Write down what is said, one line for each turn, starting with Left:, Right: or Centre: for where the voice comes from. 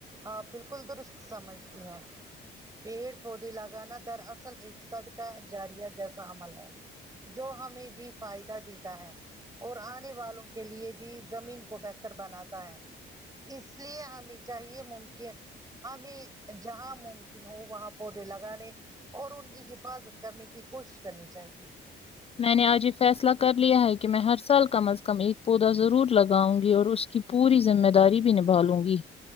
Right: آپ بالکل درست سمجھتی ہیں پیڑ پودے لگانا در اصل ایک صد کا جاریہ جیسا عمل ہے جو ہمیں بھی فائدہ دیتا ہے اور آنے والوں کے لیے بھی زمین کو بہتر بناتا ہے اس لیے ہمیں چاہیے ممکن ہمیں جہاں ممکن ہو وہاں پودے لگانے اور ان کی حفاظت کرنے کی کوشش کرنی چاہیے
Left: میں نے آج یہ فیصلہ کر لیا ہے کہ میں ہر سال کم از کم ایک پودا ضرور لگاؤں گی اور اس کی پوری ذمہ داری بھی نبھالوں گی